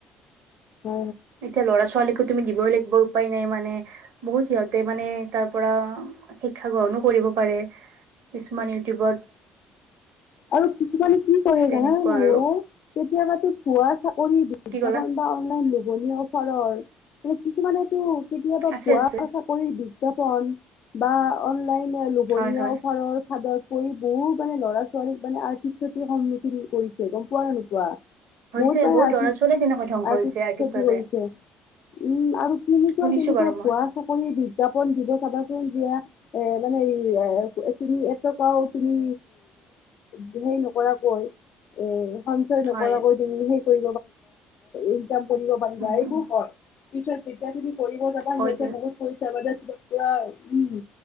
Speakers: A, on the left; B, on the right.
A: অ
B: এতিয়া ল'ৰা ছোৱালীকো তুমি দিবই লাগিব উপায় নাই মানে বহুত সিহঁতে মানে তাৰ পৰা শিক্ষা গ্ৰহণো কৰিব পাৰে, কিছুমান ইউটিউবত
A: আৰু কিছুমানে কি কৰে
B: তেনেকুৱা
A: জানানে নাই
B: আৰু
A: অ কেতিয়াবাতো ভুৱা কৰি বিজ্ঞাপন
B: কি ক'লা?
A: বা অনলাইন বিপনি অফাৰৰ মানে কিছুমানে কেতিয়াবা
B: আছে
A: পোৱা
B: আছে
A: চাকৰি বিজ্ঞাপন, বা লোভনীয়
B: হয় হয়
A: অফাৰৰ ফাদত কৰি বহুত মানে ল'ৰা ছাল কতিৰ সন্মুখীন কৰিছে গম পোৱা নে নোপোৱা?
B: হৈছে
A: বহুত মানে আৰ্থিক,
B: ল'ৰা ছোৱালীয়ে তেনেকৈ ধ্বংস
A: আৰ্থিক
B: হৈছে আৰ্থিকভাৱে।
A: ক্ষতি হৈছে। উম, আৰু কেনেকুৱা
B: শুনিছো
A: কেনেকুৱা
B: বাৰু মই
A: ভুৱা চাকৰিৰ বিজ্ঞাপন দিব চাবাচোন। য়া এ মানে এ তুমি এটকাও তুমি সেই নকৰাকৈ এ সঞ্চয় নকৰাকৈ
B: হয়
A: তুমি সেই ইনকাম কৰিব পাৰিবা
B: উম উম,
A: এইবোৰ হয় পিয়া তি কৰিব যাবা
B: হয়
A: সিহঁতে
B: দিয়ক
A: বহুত পৰিছো বাুৰা উম